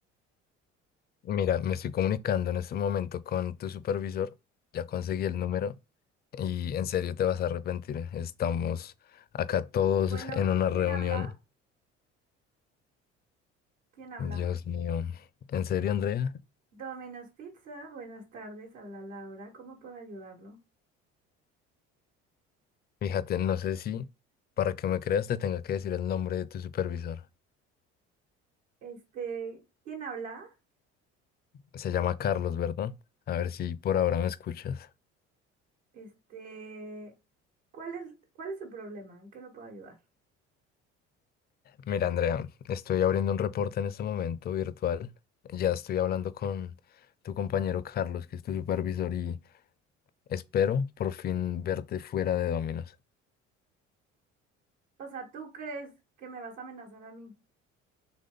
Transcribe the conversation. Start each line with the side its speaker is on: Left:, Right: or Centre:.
Left: Mira, me estoy comunicando en este momento con tu supervisor. Ya conseguí el número. Y en serio te vas a arrepentir. ¿eh? Estamos acá todos
Right: Bueno,
Left: en una
Right: ¿quién
Left: reunión.
Right: habla? ¿Quién habla?
Left: Dios mío. ¿En serio, Andrea?
Right: Domino's Pizza, buenas tardes. Habla Laura. ¿Cómo puedo ayudarlo?
Left: Fíjate, no sé si para que me creas te tenga que decir el nombre de tu supervisor.
Right: Este, ¿quién habla?
Left: Se llama Carlos, ¿verdad? A ver si por ahora me escuchas.
Right: Este, ¿cuál es, cuál es su problema? ¿En qué lo puedo ayudar?
Left: Mira, Andrea, estoy abriendo un reporte en este momento virtual. Ya estoy hablando con tu compañero Carlos, que es tu supervisor, y espero por fin verte fuera de Dominos.
Right: O sea, ¿tú crees que me vas a amenazar a mí?